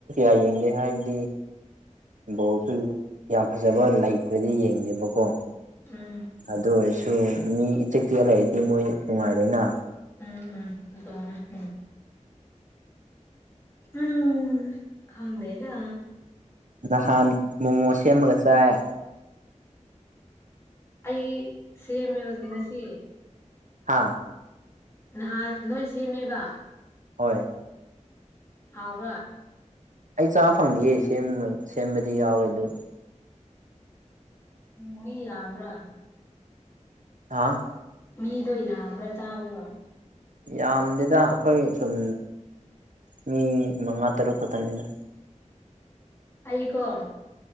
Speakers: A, on the right; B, on the left.
A: <unintelligible> ꯍꯥꯏ ꯕꯣꯜꯁꯨ ꯌꯥꯝ ꯐꯖꯕ ꯂꯩꯇ꯭ꯔꯗꯤ ꯌꯦꯡꯗꯦꯕꯀꯣ
B: ꯎꯝ
A: ꯑꯗꯨ ꯑꯣꯏꯔꯁꯨ ꯃꯤ ꯏꯆꯦꯛ ꯆꯤꯛꯑꯂꯏꯗꯤ ꯃꯣꯏ ꯅꯨꯡꯉꯥꯏꯕꯅ
B: ꯎꯝ ꯎꯝ ꯑꯗꯨꯃꯦ ꯎꯝ ꯎꯝ ꯀꯝꯣꯏꯗ
A: ꯅꯍꯥꯟ ꯃꯣꯃꯣ ꯁꯦꯝꯃꯒ ꯆꯥꯏ
B: ꯑꯩ ꯁꯦꯝꯃꯤꯔꯖꯤ ꯉꯁꯤ
A: ꯍꯥꯥ
B: ꯅꯍꯥꯟ ꯅꯣꯏ ꯁꯦꯝꯃꯦꯕ
A: ꯍꯣꯏ
B: ꯍꯧꯥꯎ
A: ꯑꯩ ꯆꯥꯕ ꯐꯪꯗꯌꯦ ꯁꯦꯝꯕꯗꯤ ꯌꯥꯎꯋꯦ ꯑꯗꯨ
B: ꯎ ꯍ ꯑꯃꯔ
A: ꯍꯥꯥ
B: ꯃꯤꯗꯣ ꯌꯥꯝꯕ꯭ꯔꯥ ꯇꯥꯕꯗ
A: ꯌꯥꯝꯗꯦꯗ ꯑꯩꯈꯣꯏ ꯁꯨꯝ ꯃꯤ ꯃꯉꯥ ꯇꯔꯨꯛ ꯈꯛꯇꯅꯦꯗ
B: ꯑꯩꯀꯣ